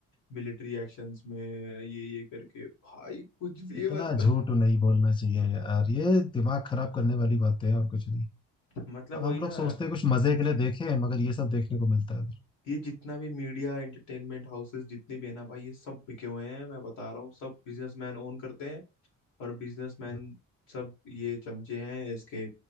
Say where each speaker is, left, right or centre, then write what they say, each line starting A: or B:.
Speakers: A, on the left (about 85°); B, on the left (about 15°).
A: मिलिट्री एक्शंस में ये ये करके भाई कुछ भी
B: इतना
A: है मतलब
B: झूठ नहीं बोलना चाहिए यार ये दिमाग खराब करने वाली बातें हैं और कुछ नहीं
A: मतलब
B: अब
A: वही
B: हम
A: ना
B: लोग सोचते हैं कुछ मजे के लिए देखें मगर ये सब देखने को मिलता है
A: ये जितना भी मीडिया एंटरटेनमेंट हाउसेस जितने भी है ना भाई ये सब बिके हुए हैं मैं बता रहा हूँ सब बिजनेसमैन ओन करते हैं और बिजनेसमैन
B: हाँ।
A: सब ये चमचे हैं इसके